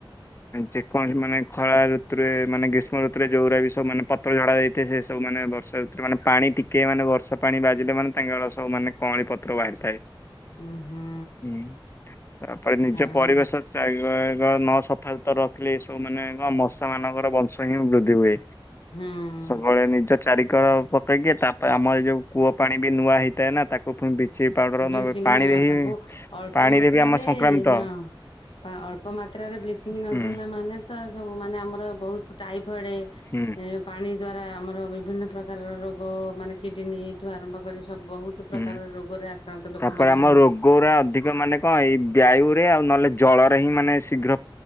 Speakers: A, on the left; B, on the left.
A: ଯେକୌଣସି ମାନେ ଖଳା ଋତୁରେ ମାନେ ଗ୍ରୀଷ୍ମ ଋତୁରେ ଯୋଉରା ବି ସବୁ ମାନେ ପତଳା ଝାଡା ଯାଇଥିବେ ସେ ସବୁ ମାନେ ମାନେ ବର୍ଷା ଋତରେ ମାନେ ପାଣି ଟିକେ ମାନେ ବର୍ଷା ପାଣି ବାଜିଲେ ମାନେ ତାଙ୍କର ସବୁ ମାନେ କଅଁଳି ପତ୍ର ବାହାରିଥାଏ।
B: ହୁଁ ହୁଁ
A: ହୁଁ ତାପରେ ନିଜ
B: ଆଉ
A: ପରିବେଶ ନ ସଫା ସୁତର ରଖିଲେ ଏସବୁ ମାନେଙ୍କ ମଶା ମାନଙ୍କର ବଂଶ ହିଁ ବୃଦ୍ଧି ହୁଏ।
B: ହୁଁ
A: ସବୁବେଳେ ନିଜ ଚାରି ର ପକେଇକି ତାପରେ ଆମର ଯଉ କୂଅ ପାଣି ବି ନୂଆ ହେଇଥାଏ ନା ତାକୁ ପୁଣି ବ୍ଲିଚିଂ ପାଉଡର
B: ବ୍ଲିଚିଙ୍ଗ
A: ନ ପାଣିରେ
B: ହଁ
A: ହିଁ
B: ତାକୁ ଅଳ୍ପ
A: ପାଣିରେ
B: ମାତ୍ରାରେ
A: ବି ଆମ ସଂକ୍ରାମିତ
B: ହଁ ଅଳ୍ପ ମାତ୍ର ମାତ୍ରାରେ ବ୍ଲିଚିଙ୍ଗ ନଦେଲା
A: ହୁଁ
B: ମାନେ ତ ସବୁ ମାନେ ଆମର ବହୁତ ଟାଇଫଏଡ
A: ହୁଁ
B: ପାଣି ଦ୍ଵାରା ଆମର ଆ ବିଭିନ୍ନ ପ୍ରକାରର ରୋଗ ମାନେ କିଡନୀଠୁ ଆରମ୍ଭ କରି ସବୁ ବହୁତ ପ୍ରକାର
A: ହୁଁ।
B: ରୋଗରେ ଆକ୍ରାନ୍ତ ଲୋକମାନେ
A: ତାପରେ ଆମ
B: ହୁଅନ୍ତି।
A: ରୋଗୁରା ଅଧିକ ମାନେ କଣ ଏଇ ବାୟୁ ରେ ଆଉ ନହେଲେ ଜଳରେ ହିଁ ମାନେ ଶୀଘ୍ର